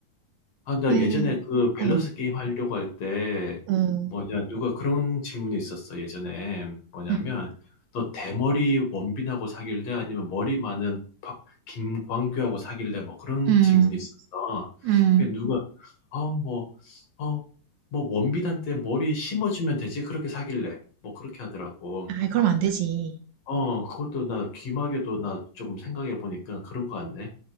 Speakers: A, on the left (about 60°); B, on the right (about 75°).
A: 아, 나
B: 왜?
A: 예전에 그 밸런스
B: 어.
A: 게임 하려고 할 때,
B: 어.
A: 뭐냐, 누가 그런 질문이 있었어, 예전에. 뭐냐면,
B: 음.
A: 너 대머리 원빈하고 사귈래? 아니면 머리 많은 박- 김광규하고 사귈래? 뭐 그런
B: 음.
A: 질문이 있었어.
B: 음.
A: 그 누가, 아, 뭐, 어, 뭐 원빈한테 머리 심어주면 되지? 그렇게 사귈래? 뭐 그렇게 하더라고.
B: 아, 그럼 안 되지.
A: 어, 그것도 나 귀마개도 나 좀 생각해 보니까 그런 거 같네.